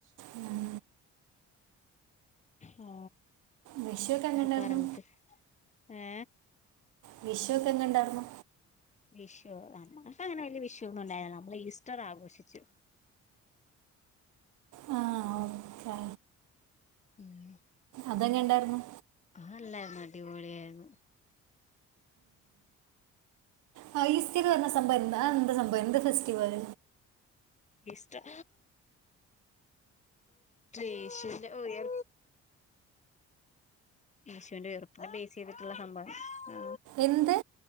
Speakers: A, on the right; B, on the left.
A: ഉം.
B: ഹാ
A: വിഷുവൊക്കെ എങ്ങനെ ഉണ്ടായിരുന്നു
B: അ പറഞ്ഞിട്ട് ഏ
A: വിഷുക്കെ എങ്ങ ഇണ്ടാരുന്ന്
B: വിഷു നമുക്കങ്ങനെ വല്ല്യ വിഷുന്നും ഉണ്ടായില്ല നമ്മള് ഈസ്റ്റർ ആഘോഷിച്ചു
A: ആ ഓക്കെ
B: ഉം
A: അതെങ്ങെ ഇണ്ടായിരുന്നു
B: അല്ല അടീപൊളിയാരുന്നു
A: ആ ഈസ്റ്റർ വര്ണ സംഭവം എന്താ അതെന്താ സംഭവം എന്താ ഫെസ്റ്റിവൽ
B: ഈസ്റ്റർ <inaudible> യേശുന്റെ ഓ ഈ യേശുന്റെ <unintelligible> ചെയ്തിട്ടുള്ള സംഭവാണ് ആ
A: എന്ത്